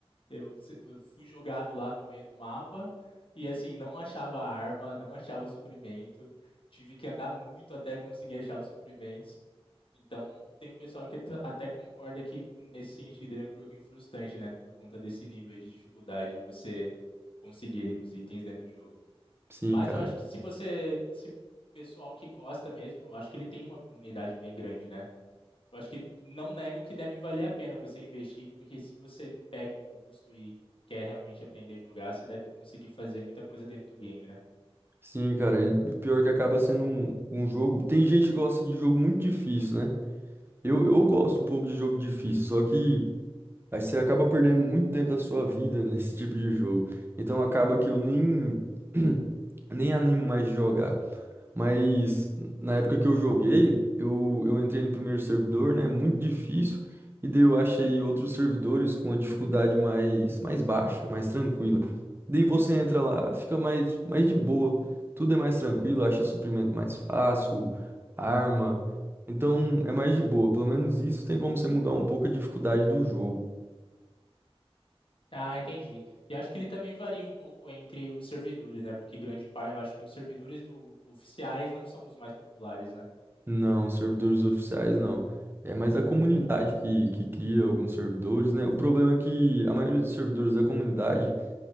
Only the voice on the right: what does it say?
Sim,
cara.
Sim, cara. Ele, o pior é que acaba sendo um, um jogo. Tem gente que gosta de jogo muito difícil, né? Eu, eu gosto um pouco de jogo difícil, só que aí você acaba perdendo muito tempo da sua vida <laughs> nesse tipo de jogo. Então acaba que eu nem, <clears throat> nem animo mais de jogar. Mas na época que eu joguei, eu, eu entrei no primeiro servidor, né? Muito difícil. E daí eu achei outros servidores com a dificuldade mais, mais baixa, mais tranquila. Daí você entra lá, fica mais, mais de boa. Tudo é mais tranquilo, acha suprimento mais fácil, arma. Então é mais de boa. Pelo menos isso tem como você mudar um pouco a dificuldade do jogo.
Não, servidores oficiais não. É mais a comunidade que, que cria alguns servidores, né? O problema é que a maioria dos servidores da comunidade